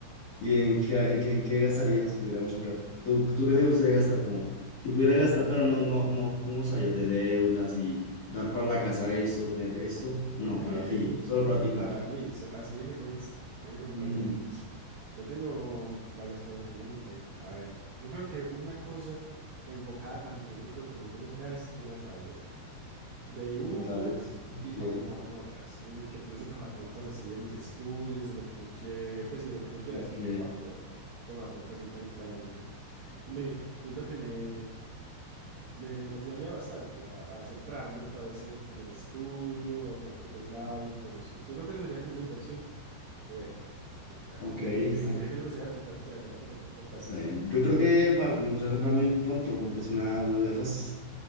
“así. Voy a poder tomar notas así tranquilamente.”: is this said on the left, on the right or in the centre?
Right